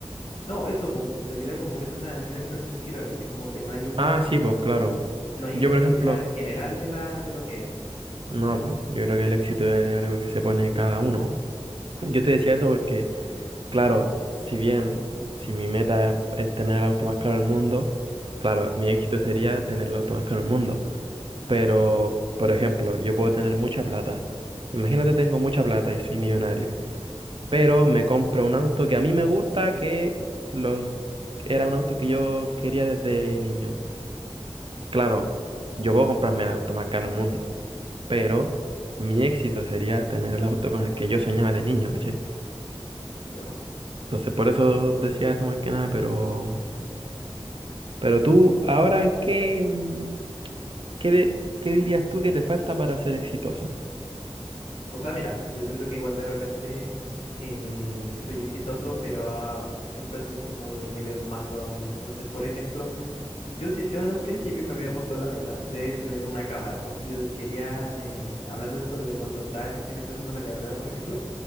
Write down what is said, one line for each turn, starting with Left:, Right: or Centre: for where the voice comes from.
Left: No, eso, po, en realidad como que es una, a nivel perspectiva, ¿cachai? Como que no hay una,
Right: Ah, sí, pues, claro.
Left: no hay
Right: Yo,
Left: una
Right: por
Left: idea
Right: ejemplo,
Left: general de la, de lo que es.
Right: no, pues, yo creo que el éxito es algo que se pone cada uno.
Left: Ujú,
Right: Yo te decía eso porque, claro, si bien si mi meta es, es tener el auto más caro del mundo, claro, mi éxito sería tener el auto más caro del mundo. Pero, por ejemplo, yo puedo tener mucha plata. Imagínate, tengo mucha plata y soy millonario, pero me compro un auto que a mí me gusta, que los era un auto que yo quería desde niño. Claro, yo puedo comprarme el auto más caro del mundo, pero mi éxito sería tener el auto con el que yo soñaba de niño, ¿cachai?
Left: claro.
Right: Entonces, por eso decía eso más que nada, pero, pero tú, ahora, ¿en qué, mm, qué, de- qué dirías tú que te falta para ser exitoso?
Left: O sea, mira, yo siento que igual de repente eh, soy exitoso, pero ah, siempre soy como de querer más todavía. Entonces, por ejemplo, yo, sí- yo en un principio me había puesto la meta de tener una cámara, porque yo quería, eh, hablando de esto de cuando estaba recién empezando la carrera, por ejemplo,